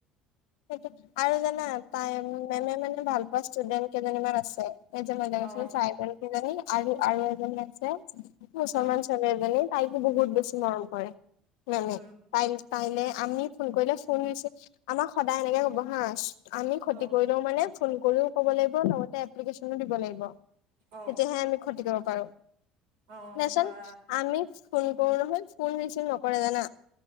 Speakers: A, on the left; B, on the right.
A: সেইটো আৰু জানা তাই মেমে মানে, ভাল পোৱা ষ্টুডেণ্ট কেইজনী ইমান আছে নিজে মাজে ম
B: অ',
A: ট্ৰাইবেল কেইজনী, আৰু - আৰু এজনী আছে। মুছলমান
B: অ',
A: ছোৱালী এজনী, তাইকো বহুত
B: অ
A: বেছি মৰম কৰে মানে
B: উম,
A: তাই কাইলে আমি ফোন কৰিলে ফোন হৈছে আমাক সদায় এনেকে কবসাচ আমি ক্ষতি
B: অ',
A: কৰি লও মানে ফোন কৰিও ক'ব লাগিব লগতে এপ্লিকেশ্যনো দিব লাগিব।
B: অ',
A: তেতিয়াহে আমি ক্ষতি কৰিব পাৰো
B: অ
A: নচ
B: বা
A: আমি ফোন কৰো নহয় ফোন ৰিচিভ নকৰে জানা